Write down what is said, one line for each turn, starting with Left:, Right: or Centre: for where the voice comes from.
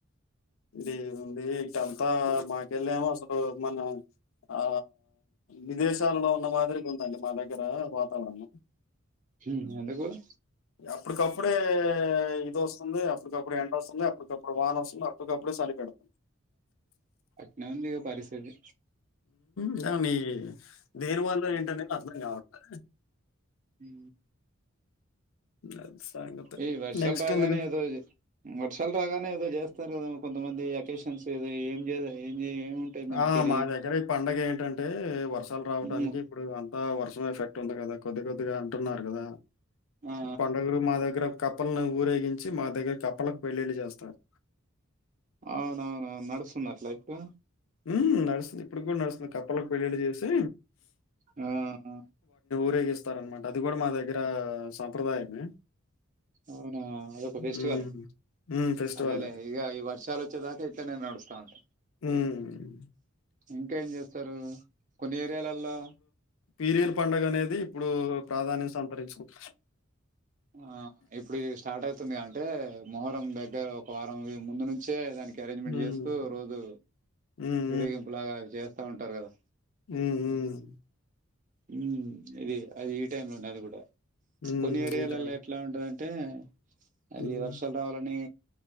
Left: ఇది ఉంది ఇట్టంతా మాకెళ్ళామో అసలు మన ఆ విదేశాలలో ఉన్న మాదిరిగా ఉందండి మా దగ్గర వాతావరణం
Right: హ అదే కూడా
Left: అప్పుటికప్పుడే ఇది వస్తుంది అప్పుటికప్పుడు ఎండ వస్తుంది అప్పటికప్పుడు వాన వస్తుంది అప్పుడు అప్పుడుకప్పుడే సలీ పెడుతుంది
Right: అట్నే ఉంది ఇక పరిస్థితి
Left: ఇ మీ దేని వల్ల ఏంటనేది అర్థం కావట్లే
Right: హు
Left: అది సంగతి.
Right: ఈ వర్షాలు
Left: నెక్స్ట్
Right: రాగానే
Left: ఎందుకు?
Right: ఏదో వర్షాలు రాగానే ఏదో చేస్త స్తారు కొంతమంది అకేషన్స్ ఏం ఏం ఏముంటాయి దానికెళ్ళి
Left: ఆ మా దగ్గర ఈ పండగ ఏంటి ఏంటంటే వర్షాలు రావటానికి
Right: ఉమ్
Left: ఇప్పుడు అంతా వర్షం ఎఫెక్ట్ ఉంది కదా కొద్ది కొద్దిగా అంటున్నారు కదా
Right: ఆ
Left: పండగలు మా దగ్గర కప్పలను ఊరేగించి మా దగ్గర కప్పలకు పెళ్లిళ్ళ చేస్తారు
Right: అవునవును నడుస్తుందా అట్ల అయితే
Left: హు నడుస్తుంది ఇప్పుడు కూడా నడుస్తుంది కప్పలకి పెళ్ళళ్ళి చేసి
Right: ఆ ఆ
Left: ఉపయోగిస్తారనమాట అది కూడా మా దగ్గర సంప్రదాయమే
Right: అవునా అదొక ఫెస్టివలె
Left: హ్మ్. హ్మ్. ఫెస్టివల్
Right: అదేలే
Left: అది.
Right: ఈగ ఈ వర్షలు వచ్చే దాక ఇట్లనే నడుస్త ఉంట
Left: హ్మ్.
Right: ఇంకేం చేస్తారు కొన్ని ఏరియాలలో
Left: పీరియల్ పండుగ అనేది ఇప్పుడు ప్రాధాన్యం సంపరించుంది
Right: ఆ ఇప్పుడు స్టార్ట్ అవుతుంది కద అంటే మొహరం దగ్గర ఒక వారం ముందు నుంచే దానికి అరేంజ్మెంట్
Left: హ్మ్.
Right: చేస్తూ రోజు
Left: హ్మ్.
Right: ఊరేగింపు లాగా అవి చేస్తా ఉంటారు కదా
Left: హుహు
Right: మ్ ఇది అది ఈ టైం లోనే అది కూడా
Left: హ్మ్.
Right: కొన్ని ఏరియాలలో
Left: ఈ టైం.
Right: ఎట్లా ఉంటదంటే అంటే అది
Left: హ్మ్.
Right: వర్షాలు రావాలని